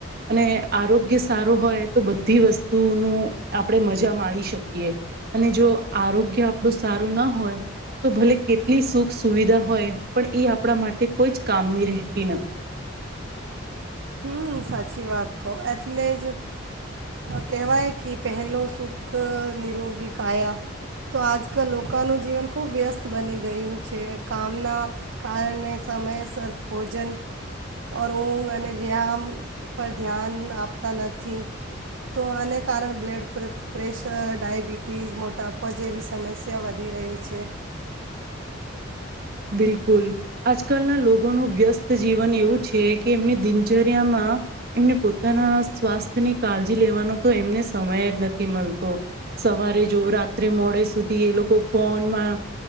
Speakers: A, on the right (about 50°); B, on the right (about 65°).
A: અને આરોગ્ય સારું હોય તો બધી વસ્તુનું આપણે મજા માણી શકીએ અને જો આરોગ્ય આપણું સારું ના હોય તો ભલે કેટલી સુખ સુવિધા હોય પણ એ આપણા માટે તે કોઈ જ કામની રહેતી નથી.
B: હમ સાચી વાત કહ એટલે જ કહેવાય કે પહેલો સુખ નિરોગી કાયા તો આજકાલ લોકોનું જીવન ખુબ વ્યસ્ત બની ગયું છે કામના કારણે સમયસર ભોજન ઓર ઊંઘ અને વ્યાયામ પર ધ્યાન આપતા નથી તો આને કારણે બ્લડ પ્રેશર ડાયબિટીસ મોટાપા જેવી સમસ્યા વધી રહી છે.
A: બિલકુલ આજકાલના લોકોનું વ્યસ્ત જીવન એવું છે કે એમની દિનચર્યામાં એમને પોતાના સ્વાસ્થ્યની કાળજી લેવાનો તો એમને સમય જ નથી મળતો. સવારે જો રાત્રે મોડે સુધી એ લોકો ફોનમાં